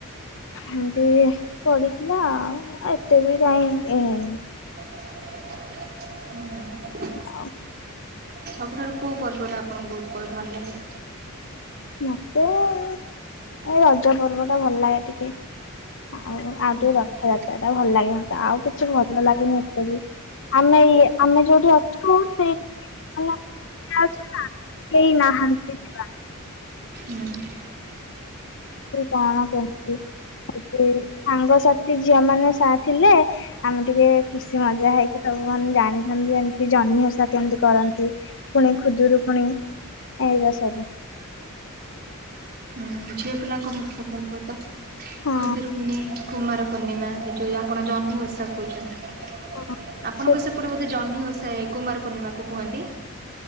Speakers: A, on the left; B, on the right.
A: ଏମିତି ପଡ଼ିଥିଲା ଆଉ ଏତେ ବି କାଇଁ ଇଏ ହେଇନି।
B: ହୁଁ।
A: ଆଉ
B: ସବୁଠାରୁ କୋଉ ପର୍ବଟା ଆପଣଙ୍କୁ ବହୁତ୍ <unintelligible> ଭଲ ଲାଗେ?
A: ମତେ ଏଇ ରଜ ପର୍ବ ଟା ଭଲ ଲାଗେ ଟିକେ। ଆଉ ଆଉ
B: ହୁଁ
A: ଟିକେ ରଥଯାତ୍ରା ଟା ଭଲ ଲାଗେ ମତେ ଆଉ କିଛି ଭଲ ଲାଗେନି ଏତେ ବି। ଆମେ ଇଏ ଆମେ ଯୋଉଠି ଅଛୁ <unintelligible> <unintelligible> କେଇ ନାହାନ୍ତି <unintelligible>
B: ହୁଁ।
A: କି କଣ କେମିତି <unintelligible> ସାଙ୍ଗସାଥି ଝିଅ ମାନେ ସା ଥିଲେ ଆମେ ଟିକେ ଖୁସି ମଜା ହେଇକି ସବୁ ମାନେ ଜାଣିଥାନ୍ତୁ ଯେମିତି ଜହ୍ନି ଓଷା କେମିତି କରନ୍ତି? ଫୁଣି ଖୁଦୁରୁକୁଣୀ ଏଇରା ସବୁ।
B: ଝିଅ ପିଲାଙ୍କ ମୁଖ୍ୟ ପର୍ବ ତ
A: ହଁ।
B: ଖୁଦୁରୁକୁୁଣୀ, କୁମାର ପୂର୍ଣ୍ଣିମା, ଏ ଯୋଉ ଆପଣ ଜହ୍ନି ଓଷା କହୁଛନ୍ତି।
A: ହଁ
B: ଆପଣଙ୍କ
A: ସେ
B: ସେପଟେ ବୋଧେ ଜହ୍ନି ଓଷା ଏ କୁମାର ପୂର୍ଣ୍ଣିମା କୁ କୁହନ୍ତି।